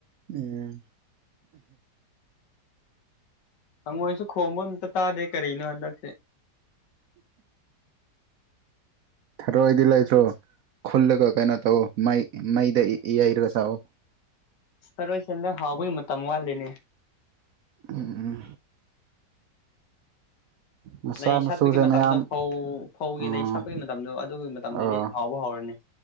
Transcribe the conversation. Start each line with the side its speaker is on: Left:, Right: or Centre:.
Right: ꯎꯝ
Left: ꯍꯪꯉꯣꯏꯁꯨ ꯈꯣꯡꯕ ꯑꯝꯇ ꯇꯥꯗꯦ ꯀꯔꯤꯅꯣ ꯍꯟꯗꯛꯇꯤ <inaudible>
Right: ꯊꯔꯣꯏꯗꯤ ꯂꯩꯥꯁꯨ ꯈꯨꯜꯂꯒ ꯀꯩꯅꯣ ꯇꯧꯑꯣ ꯃꯩ ꯃꯩꯗ ꯌꯩꯔꯒ ꯆꯥꯑꯣ
Left: ꯆꯔꯣꯏꯁꯦꯟꯗ ꯍꯥꯎꯕꯒꯤ ꯃꯇꯝ ꯋꯥꯠꯂꯤꯅꯦ
Right: ꯎꯝ ꯃꯆꯥ
Left: ꯂꯩ
Right: ꯃꯁꯨꯁꯦ
Left: ꯁꯥꯠꯄꯒꯤ ꯃꯇꯝꯗꯣ
Right: ꯃꯌꯥꯝ
Left: ꯐꯧ ꯐꯧꯒꯤ
Right: ꯎꯝ
Left: ꯂꯩ ꯁꯥꯠꯄꯒꯤ ꯃꯇꯝꯗꯣ ꯑꯗꯨꯒꯤ ꯃꯇꯝꯗꯗꯤ
Right: ꯑꯣ
Left: ꯍꯥꯎꯕ ꯍꯧꯎꯔꯅꯤ